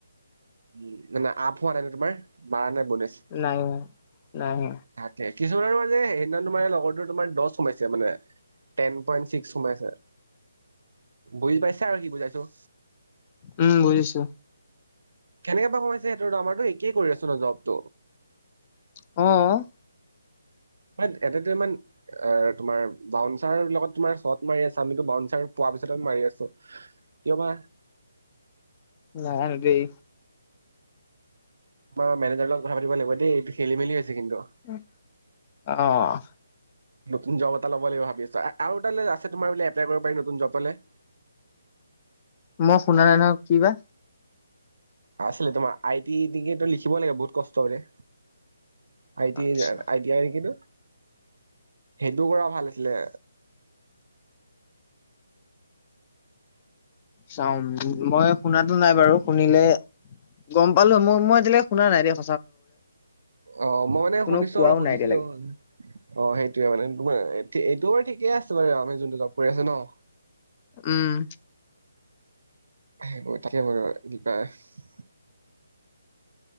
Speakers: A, on the right (about 70°); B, on the left (about 20°).
A: উম, মানে আপ হোৱা নাই ন, তোমাৰ মাৰা নাই বনেছ।
B: নাই, নাই, নাই।
A: তাকে, কিছুমান আৰু মানে সেইদিনা তোমাৰ লগৰতোৰ তোমাৰ দহ সোমাইছে মানে। টেন পইণ্ট ছিক্স, সোমাইছে। বুজি পাইছো আৰু কি বুজাইছো।
B: উম বুজিছো
A: কেনেকে বা সমাইছে সেইটো, আমাৰো একেই কৰি আছো ন, জবটো।
B: অ,
A: ৱাইট এডিতৰ্মন <unintelligible> তোমাৰ বাউন্চাৰৰ লগত তোমাৰ শ্বট মাৰি আছে, আমিতো বাউচাৰ পোৱাৰ পিছত মাৰি আছো। কিয় বা?
B: নাজানো দেই।
A: তোমাৰেনেজৰ লগ কথা পাতি লাগিব দ এইটো খেলি-মেলি হৈছে কিন্তু।
B: উম, অ'
A: নতুন জব এটা ল'ব লাগিব ভাবিছ আৰু এটাল আছে তোমাৰোলে এপ্লাই কৰিব পাৰি নতুন জব পালে।
B: মই শুনা নাই নহক কি বা?
A: আছিলে তোমাৰ আই টি ত লিখিব লাগে বহুত কষ্টৰে আই টি
B: আচ্ছা
A: আই য়াই নেকিতো সেইটো কৰা ভাল আছিলে।
B: চাও মই শুনাতো নাই বাৰু শুনিলে গম পালো মই এতিয়য়াক শুনা নাই দেন।
A: অ'মই মানে
B: কোনো
A: শুনিছো
B: কোৱাও
A: আৰু সুধিছিলো।
B: নাই এতিয়ালৈকে
A: অ' সেইটোৱে মানে এইটো বাৰু ঠিকেই আছে বাৰু আমি যোনটো জব কৰি আছো ন।
B: উম,
A: সেইবোৰ তাকে কৰিব কিবা? <unintelligible>